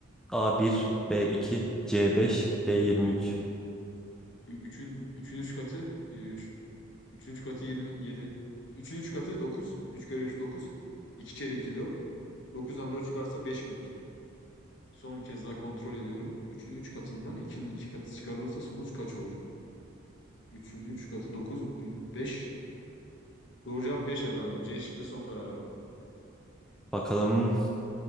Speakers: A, in the centre; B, on the left.
A: A1, B2, C5, D23.
B: Ü- Üçün, üçün üç katı e, üç, üçün üç katı yirmi yedi Üçün üç katı dokuz 3 kere 3 dokuz 2 kere 2 dört dokuzdan 4 çıkarsa 5 kalır. Son bir kez daha kontrol ediyorum. üçün 3 katından ikinin 2 katı çıkarılırsa sonuç kaç olur? üçün 3 katı dokuz beş Doğru cevap 5 efendim. C şıkkı son kararım.
A: Bakalım